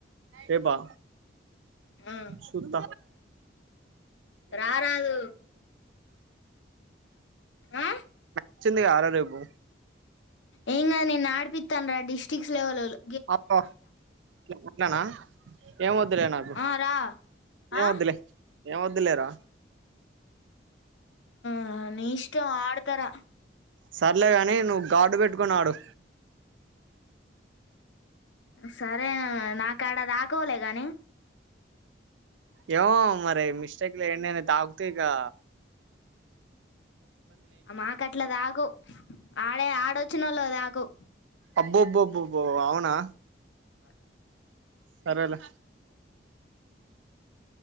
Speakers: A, on the right; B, on the left.
A: ఏబా
B: ఆ
A: సుత
B: రారాదు ఆ
A: వచ్చిందిగా ఆరో రేపు
B: ఏంకాదు నిన్ను ఆడిపిస్తా డిస్ట్రిక్ట్ లెవెల్స్లో
A: ఆప్ కొట్నానా ఏమొద్ వద్దులే నాకు
B: ఆ రా
A: ఏం
B: ఆ
A: వద్దులే ఏం వద్దులేరా
B: ఆ నీ ఇష్టం ఆడతార
A: సర్లేగాని నువ్వు గార్డు పెట్టుకుని ఆడు
B: సరే నాక ఆడా దాకోవలే గాని
A: ఏమో మరి మిస్టేక్ లో ఎన్నైనాయి తాగుకే గా
B: ఆ మాక అట్ల దాకు ఆడే ఆడొచ్చిన వాళ్ళు దాకు
A: అబ్బోబ్బుబ్బబ్బ అవునా
B: అ
A: సరేలే